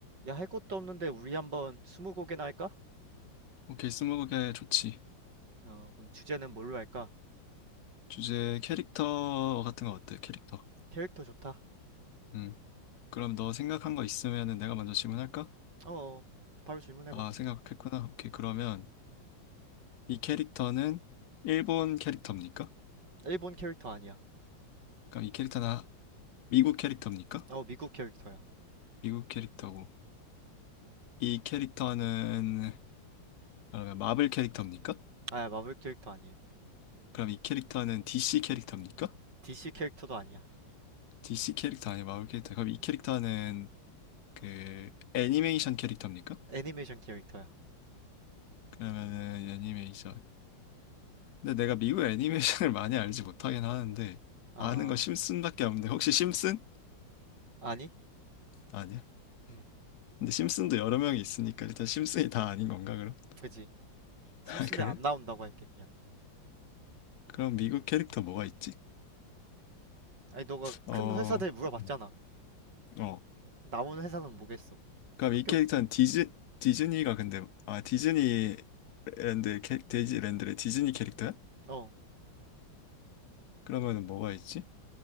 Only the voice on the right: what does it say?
야, 할 것도 없는데 우리 한번 스무고개나 할까?
어, 그럼 주제는 뭘로 할까?
캐릭터 좋다.
어, 어. 바로 질문해봐.
음.
일본 캐릭터 아니야.
어, 미국 캐릭터야.
아, 마블 캐릭터 아니야.
DC 캐릭터도 아니야.
애니메이션 캐릭터야.
아,
아니?
음,
그지. 심슨은
안 나온다고 할게, 그냥.
아니, 너가
큰 회사들 물어봤잖아.
남은 회사는 뭐겠어?
몇
개
없,
어,